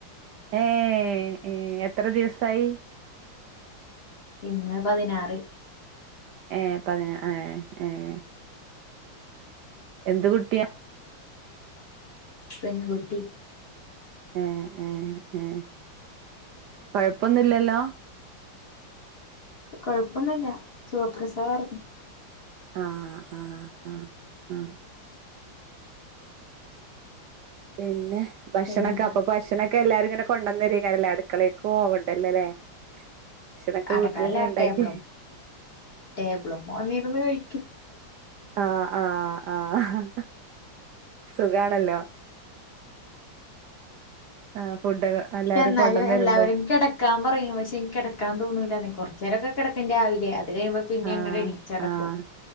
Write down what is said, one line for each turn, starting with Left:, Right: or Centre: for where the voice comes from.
Right: ഏഹ് ഏഹ് എത്ര ദിവസായി
Left: ഇന്ന് പതിനാറ്
Right: ഏഹ് പതിന ആഹ് ഏഹ് എന്ത് കുട്ടിയാ
Left: പെൺകുട്ടി
Right: ആഹ് ആഹ് ആഹ് കൊഴപ്പൊന്നുംല്ലല്ലോ
Left: കൊഴപ്പൊന്നുല്ല സുഖപ്രസവാര്ന്ന്
Right: ആഹ് ആഹ് ആഹ് ആഹ് പിന്നെ ഭക്ഷണൊക്കെ
Left: പിന്നെന്താ
Right: അപ്പൊ ഭക്ഷണംക്കെ എല്ലാരും ഇങ്ങനെ കൊണ്ടുവന്ന് തരുകാരിക്ക്ല്ലേ അടുക്കളക്ക് പോവണ്ടല്ലോ അല്ലേ ഭക്ഷണക്കെ
Left: അടക്കാല്ല
Right: വീട്ടിലിങ്ങനെ ഉണ്ടാക്കി
Left: ടേബിളും ടേബിളും വന്നിരുന്ന് കഴിക്കും
Right: ആഹ് ആഹ് ആഹ് സുഖാണല്ലോ ആഹ് ഫുഡൊക്കെ എല്ലാരും
Left: എന്നാലും
Right: കൊണ്ടന്ന്
Left: എല്ലാവരും
Right: തരുമ്പോ
Left: കെട ക്കാൻ പറയും പക്ഷെ എനിക്ക് കെടക്കാൻ തോന്നൂല്ല കൊറച്ച് നേരൊക്കെ കെടക്കും രാവിലെ അത് കഴിയുമ്പൊ പിന്നെങ്ങട്
Right: ആഹ്
Left: എണീച്ചടക്കും
Right: ആഹ്